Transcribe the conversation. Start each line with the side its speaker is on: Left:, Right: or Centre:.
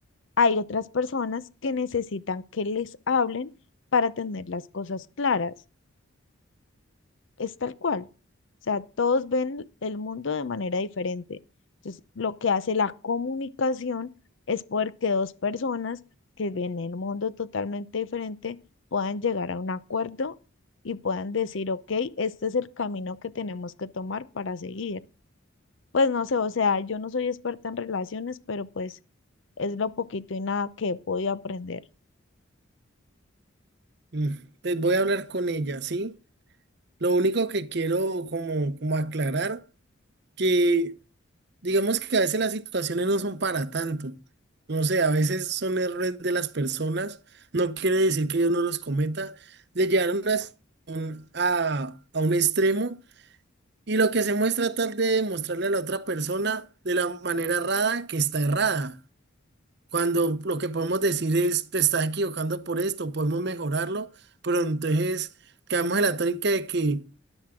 Left: Hay otras personas que necesitan que les hablen para tener las cosas claras es tal cual. O sea, todos ven el mundo de manera diferente. Entonces, lo que hace la comunicación es poder que dos personas que ven el mundo totalmente diferente puedan llegar a un acuerdo y puedan decir, ok, este es el camino que tenemos que tomar para seguir. Pues no sé, o sea, yo no soy experta en relaciones, pero pues es lo poquito y nada que he podido aprender.
Right: Mm, Pues voy a hablar con ella, ¿sí? Lo único que quiero como, como aclarar, que Digamos que a veces las situaciones no son para tanto. No sé, a veces son errores de las personas. No quiere decir que yo no los cometa. Le llevaron a un, a, a un extremo y lo que hacemos es tratar de mostrarle a la otra persona de la manera errada que está errada. Cuando lo que podemos decir es, te estás equivocando por esto, podemos mejorarlo, pero entonces quedamos en la tónica de que